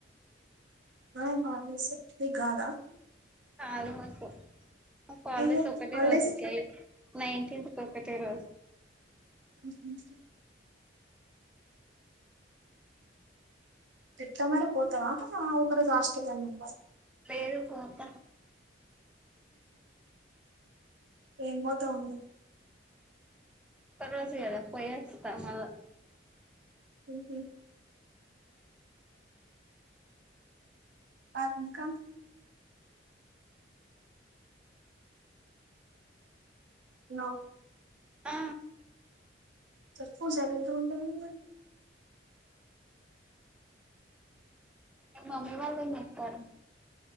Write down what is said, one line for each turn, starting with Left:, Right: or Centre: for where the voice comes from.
Right: ఆ కాల్ చేసేది నీ కాదా
Centre: కాదు వాసు మాకు హాలిడేస్
Right: అయ్యో
Centre: ఒకటే
Right: హాలిడేస్
Centre: రోజు కె నైన్టీన్త్ కి ఒకటే రోజు
Right: అ ఎట్లా మరి పోతావా ఒక రోజు హాస్టల్ లో ఉంటావా
Centre: లేదు పోత
Right: ఏం పోతావు ఉండు
Centre: కొన్ని రోజులే కదా పోయి వస్తా మల్ల
Right: ఉహ ఆ ఇంకా నో
Centre: ఆ
Right: చ పూజాల ఎందు ఉంటాయి కదా
Centre: మీ మమ్మీ వాళ్ళు ఏం చేత్తాళ్లు